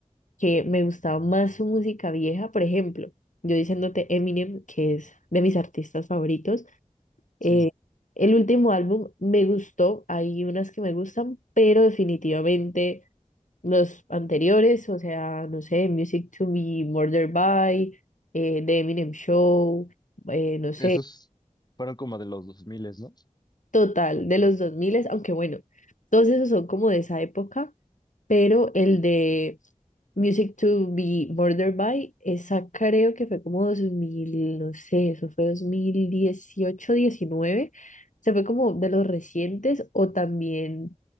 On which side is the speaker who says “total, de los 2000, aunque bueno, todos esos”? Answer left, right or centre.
Left